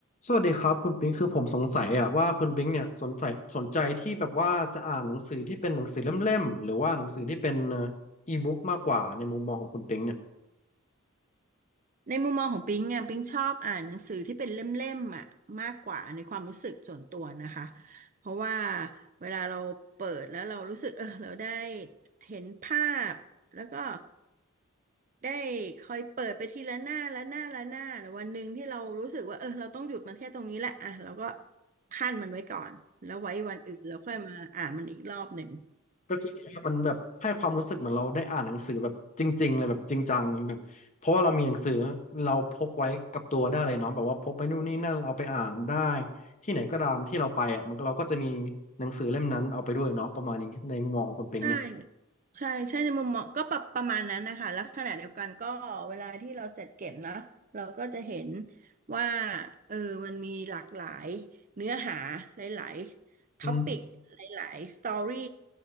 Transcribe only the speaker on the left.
สวัสดีครับคุณปิงคือผมสงสัยอะว่าคุณปิงเนี่ยสนใจสนใจที่แบบว่าจะอ่านหนังสือที่เป็นหนังสือเล่มๆหรือว่าหนังสือที่เป็นอีบุ๊กมากกว่าในมุมมองของคุณปิงเนี่ย
ก็คือว่ามันแบบให้ความรู้สึกเหมือนเราได้อ่านหนังสือแบบจริงๆเลยแบบจริงจังแบบเพราะว่าเรามีหนังสือเราพกไว้กับตัวได้เลยเนาะแบบว่าพกไปนู่นนี่นั่นเอาไปอ่านได้ที่ไหนก็ตามที่เราไปอ่ะมันก็เราก็จะมีหนังสือเล่มนั้นเอาไปด้วยเนาะประมาณนี้ในมุมมองของคุณปิงเนี่ย
อืม